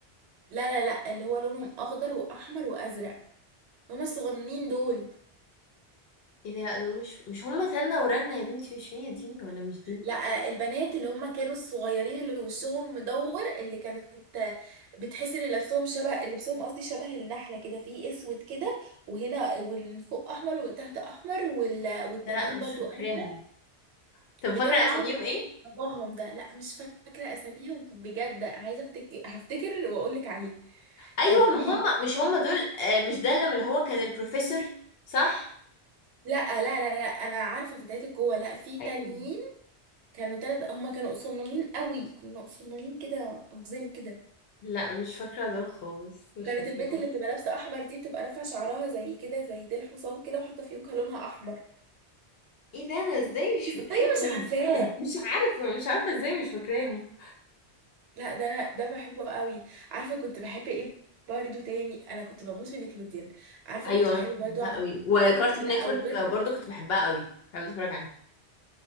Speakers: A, on the right; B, on the left.
A: لا لا لا اللي هو لونهم اخضر واحمر وازرق هما الصغننين دول
B: ايه ده لا دول مش مش هم تنة ورنة يا بنتي مش هي دي ولا مش دي
A: لا البنات اللي هما كانوا الصغيرين اللي وشهم مدور اللي كانت بتحس ان لبسهم شبه لبسهم قصدي شبه النحله كده في اسود كده وهنا ومن فوق احمر ومن تحت احمر وال... والتانيين
B: لا لا مش
A: برضو
B: فاكراهم
A: ازرق
B: طب
A: اللي
B: فاكره
A: كان معاهم
B: اساميهم ايه
A: باباهم ده لا مش فاكرة أساميهم بجد عايزة أفتكر هفتكر وأقول لك عليه
B: ايوه
A: طب قولي
B: ما هم
A: لي
B: مش هم دول آه، مش ده اللي اللي هو كان البروفيسور صح
A: لا لا لا لا أنا عارفة فتيات القوة لا في تانيين
B: ايوه
A: كانوا تلات بقى هما كانوا صنانين قوي كانوا صنانين كده أقزام كده
B: لا مش فاكرة دول خالص مش
A: كانت
B: فاكراهم
A: البنت اللي بتبقى لابسة أحمر دي بتبقى رافعة شعرها زي كده زي ديل حصان كده وحاطة فيونكة لونها أحمر
B: ايه ده انا ازاي مش
A: ازاي
B: فاكراهم
A: مش عارفاه
B: إز- مش عارفة مش عارفة ازاي مش فاكراهم
A: لا ده انا ده بحبه قوي عارفه كنت بحب ايه برضه تاني انا كنت بموت في نيكلوديان عارفه
B: ايوه
A: كنت بحب
B: انا كنت بحبها
A: برضه اقعد
B: قوي
A: أتفرج
B: وكارتون
A: على ايه لا
B: نتورك
A: او غير
B: برضو كنت بحبها قوي بحب اتفرج عليها